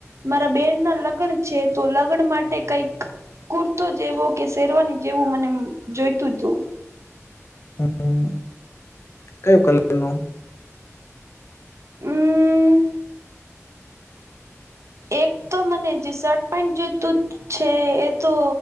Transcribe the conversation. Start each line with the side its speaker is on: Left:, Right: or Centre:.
Right: મારા બેન ના લગ્ન છે તો લગ્ન માટે કંઈક કુર્તો જેવો કે શેરવાની જેવું મને જોઈતું હતું
Left: હમ કયું કલર નું
Right: અમ એક તો મને જે ટીશર્ટ પણ જોઈતું છે એ તો